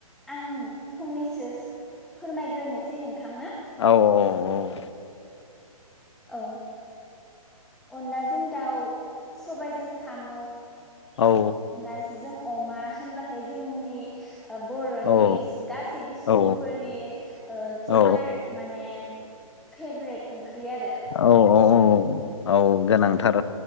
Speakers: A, in the centre; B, on the left.
A: आं फंनैसो फोरमायग्रोनोसै नोंथांङा
B: औ औ
A: औ अनलाजों दाउ सबायजों साम'
B: औ
A: नारजि जों अमा होनबाथाय जोंनि बर'नि
B: औ
A: गासैबो सुबुंफोरनि
B: औ
A: जोबोर
B: औ
A: माने फेभ्रेट ओंख्रि आरो
B: औ औ औ औ गोनांथार